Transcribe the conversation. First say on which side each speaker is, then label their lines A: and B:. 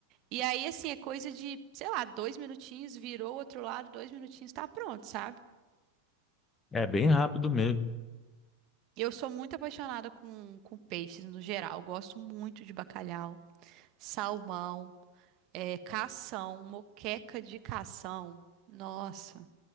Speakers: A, on the right; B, on the left.
A: E aí, assim, é coisa de, sei lá, dois minutinhos, virou o outro lado, dois minutinhos, tá pronto, sabe?
B: É bem rápido mesmo.
A: E eu sou muito apaixonada com, com peixes no geral. Eu Gosto muito de bacalhau. salmão, é, cação, moqueca de cação. Nossa.